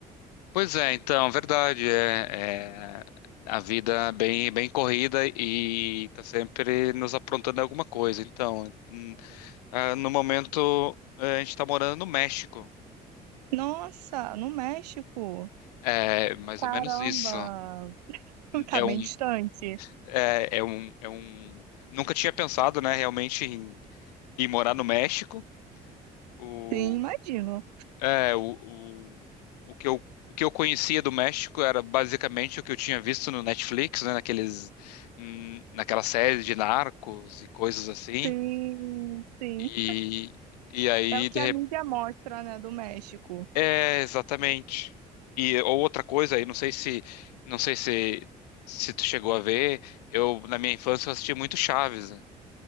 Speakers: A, on the left; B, on the right.
A: pois é, então, verdade. É, é a vida é bem, bem corrida e tá sempre nos aprontando alguma coisa. Então, hum, ah, no momento, eh, a gente tá morando no México.
B: Nossa, no México.
A: É mais
B: Caramba,
A: ou menos isso.
B: <laughs> tá
A: É
B: bem
A: um,
B: distante.
A: é, é um, é um... Nunca tinha pensado, né, realmente em, em morar no México. O...
B: Sim, imagino.
A: É, o, o, o que eu, o que eu conhecia do México era basicamente o que eu tinha visto no Netflix, né, naqueles, hum, naquela série de narcos e coisas assim.
B: Sim, sim.
A: E, e aí,
B: É o
A: de
B: que a
A: rep...
B: mídia mostra, né, do México.
A: É, exatamente. E ou outra coisa aí, não sei se, não sei se, se tu chegou a ver, eu, na minha infância, eu assisti muito Chaves, né?